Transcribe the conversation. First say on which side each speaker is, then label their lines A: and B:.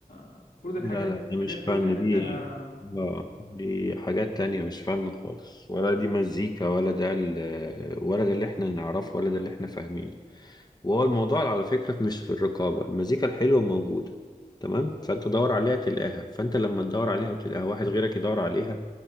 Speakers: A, on the left; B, on the left.
A: المفروض الحاجات
B: لا لا
A: الحاجات
B: ده مش
A: دي
B: فن
A: تعمل
B: دي
A: لها
B: اه دي حاجات تانية مش فن خالص ولا دي مزيكا ولا ده ال... ولا ده اللي احنا نعرفه ولا ده اللي احنا فاهمينه وهو الموضوع على فكرة مش في الرقابة المزيكا الحلوة موجودة تمام فانت دور عليها تلاقيها فانت لما تدور عليها وتلاقيها واحد غيرك يدور عليها